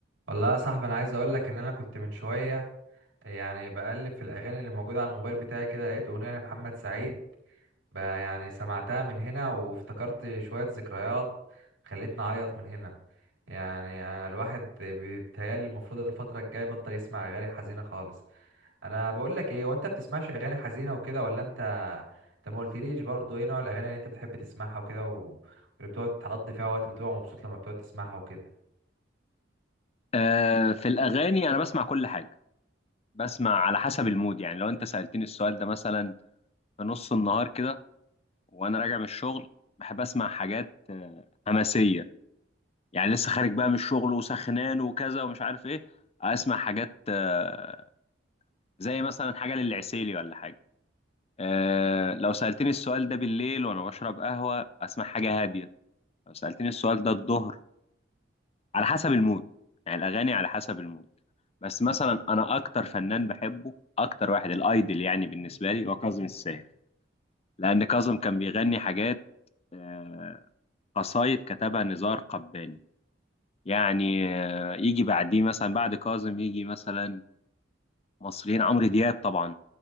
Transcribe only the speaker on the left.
آه، في الأغاني أنا بسمع كل حاجة بسمع على حسب المود يعني لو أنت سألتني السؤال ده مثلا في نص النهار كده وأنا راجع من الشغل بحب أسمع حاجات آه، حماسية يعني لسه خارج بقى من الشغل وسخنان وكذا ومش عارف إيه أسمع حاجات آه، زي مثلا حاجة للعسيلي ولا حاجة آه، لو سألتني السؤال ده بالليل وأنا بشرب قهوة أسمع حاجة هادية لو سألتني السؤال ده الظهر على حسب المود يعني الاغاني على حسب المود بس مثلا انا اكتر فنان بحبه اكتر واحد الايدل يعني بالنسبه لي هو كاظم الساهر لان كاظم كان بيغني حاجات آه، قصايد كتبها نزار قباني يعني آه، يجي بعديه مثلا بعد كاظم يجي مثلا مصريين عمرو دياب طبعا